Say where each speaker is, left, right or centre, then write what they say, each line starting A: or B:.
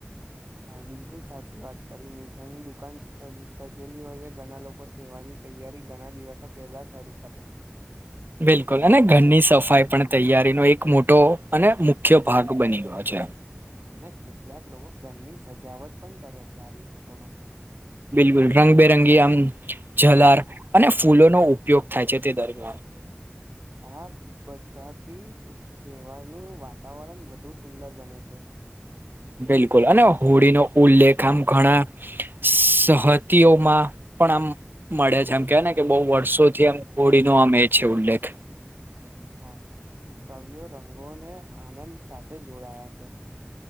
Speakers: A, on the right; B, on the right.
A: હા બિલકુલ સાચી વાત કરી મીઠાઈની દુકાન સજેલી હોય છે ઘણા લોકો તેવાની તૈયારી ઘણા દિવસો પહેલા શરૂ કરે છે.
B: બિલકુલ અને ઘરની સફાઈ પણ તૈયારીનો એક મોટો અને મુખ્ય ભાગ બની. અચ્છા!
A: અને કેટલાક લોકો ઘરની સજાવટ પણ કરે છે આ દિવસોમાં.
B: બિલકુલ રંગબેરંગી આમ જલાર અને ફૂલોનોો ઉપયોગ થાય છે તે દરમિયાન.
A: હમ <inaudible> હા બધાથી તહેવારનું વાતાવરણ વધુ સુંદર બને છે.
B: બિલકુલ અને હોડી નો ઉલ્લેખ આમ ઘણા સહતીઓમાં પણ આમ મળે છે એમ કેવા ને કે બહુ વર્ષોથી એમ કોોડીનોો આમ એ છે ઉલ્લેખ,
A: હા કવિઓ રંગોને આનંદ સાથે જોડાયા છે.